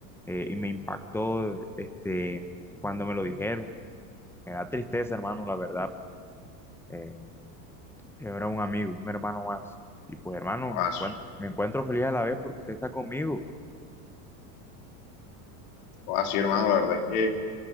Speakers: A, in the centre; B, on the left.
A: eh, y me impactó este, cuando me lo dijeron. Me da tristeza, hermano, la verdad. Eh, yo era un amigo, un hermano más. Y pues, hermano,
B: oh,
A: me
B: ah,
A: encuent- me encuentro feliz a la vez porque usted está conmigo.
B: oh, ah, sí, hermano, la verdad es que,